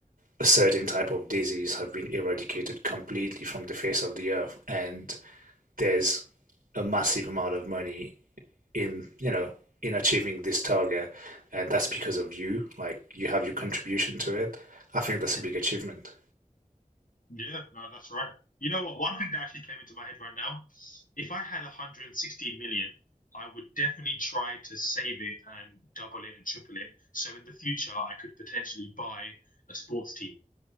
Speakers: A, on the right; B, on the left.
A: a certain type of disease have been eradicated completely from the face of the earth, and there's a massive amount of money in, you know, in achieving this target, and that's because of you, like, you have your contribution to it. I think that's
B: Mm,
A: a big achievement.
B: yeah, no, that's right. You know what? One thing that actually came into my head right now, if I had 116 million, I would definitely try to save it and double it and triple it. So in the future, I could potentially buy a sports team.